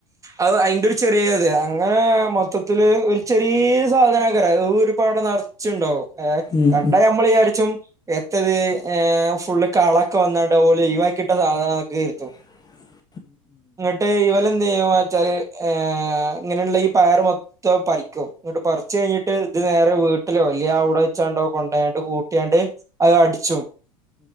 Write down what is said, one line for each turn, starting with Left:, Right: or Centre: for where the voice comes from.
Right: അത് അയിന്റെ ഒരു ചെറിയത് അങ്ങനെ മൊത്തത്തിൽ ഒരു ചെറിയ സാധനം ഒരുപാട് നറച്ചുണ്ടാവും
Left: ഉം,
Right: കണ്ട നമ്മൾ വിചാരിച്ചും എത്തത് ഫുള്ള് കളൊക്കെ വന്നാട് ഓല് ഒഴിവാക്കി ഇട്ട സാധന ഓക്കേ കരുതും
Left: !!! <unintelligible> <inaudible>
Right: ഇങ്ങട്ട് ഇവലന്ന് എത്താച്ചല് ഇങ്ങനെയുള്ള ഈ പയർ മൊത്തം പറിക്കുംഇങ്ങട്ട് പറിച്ചു കഴിഞ്ഞിട്ട് ഇത് നേരെ വീട്ടിലോ അല്ല അവിടെ വെച്ചാണ്ടോ കൊയണ്ട് കൂട്ടിയാണ്ട് അത് അടിച്ചും